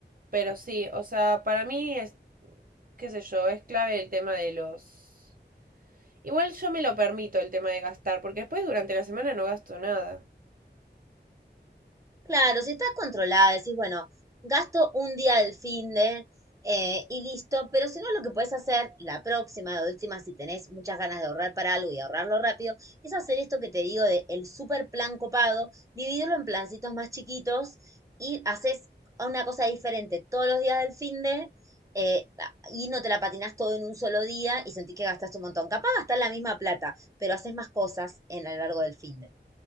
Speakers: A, on the right; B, on the right.
A: pero sí, o sea, para mí es, qué sé yo, es clave el tema de los... Igual yo me lo permito el tema de gastar, porque después durante la semana no gasto nada.
B: Claro, si está controlada, decís, bueno, gasto un día del finde de eh, y listo, pero si no, lo que podés hacer la próxima, de última, si tenés muchas ganas de ahorrar para algo y ahorrarlo rápido, es hacer esto que te digo de el super plan copado, dividirlo en plancitos más chiquitos y haces una cosa diferente todos los días del finde de eh, y no te la patinas todo en un solo día y sentís que gastaste un montón. Capaz gastás la misma plata, pero haces más cosas en a lo largo del finde.